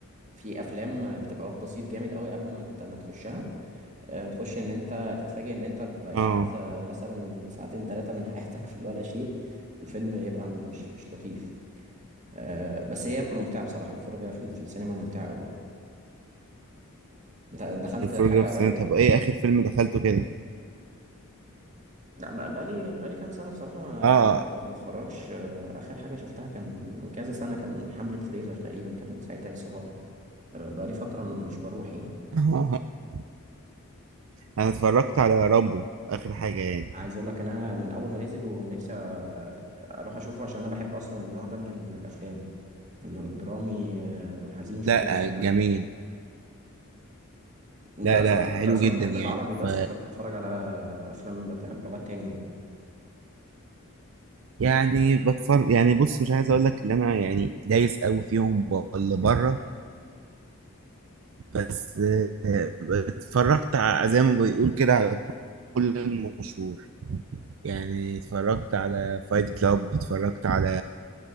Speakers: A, on the right (about 35°); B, on the right (about 65°).
A: في افلام بتبقى واخدة صيت جامد قوي قبل ما ت- ما تخشها آه، تخش ان انت تتفاجئ ان انت ضيعت
B: اه
A: آه، مثلا ساعتين ثلاثة من <laughs> حياتك في ولا شيء والفيلم يبقى مش مش لطيف آه، بس هي ممتعة بصراحة الفرجة في في السينما ممتعة قوي انت دخلت
B: الفرجة
A: حاجة
B: في السينما
A: قريب
B: طب ايه اخر فيلم دخلته كده
A: لا بقى- بقالي بقالي كام سنة بصراحة ما
B: اه
A: ب- بتفرجش آخر حاجة شفتها كان من كذا سنة كان حملة فريزر تقريبا كان ساعتها لسه طالع بقالي فترة م- مش بروح يعني
B: <laughs> انا اتفرجت على رامبو اخر حاجة يعني
A: عايز أقول لك أنا من أول ما نزل ونفسي أ- أروح أشوفه عشان أنا بحب أصلا النوع ده من, ال- من الأفلام إنه الدرامي آه، وحزين شوية
B: لا
A: بتاع
B: جميل
A: أنت
B: لا
A: أصلا
B: لا حلو
A: أنت أصلا
B: جدا
A: بتحب
B: يعني
A: العربي بس
B: ف
A: ولا بتتفرج على أفلام بتاع بلغات تانية يعني؟
B: يعني بتفرج يعني بص مش عايز اقول لك ان انا يعني دايس قوي فيهم ولا بره بس آه، اتفرجت ع- زي ما بيقول كده على كل المشهور يعني اتفرجت على فايت كلاب اتفرجت على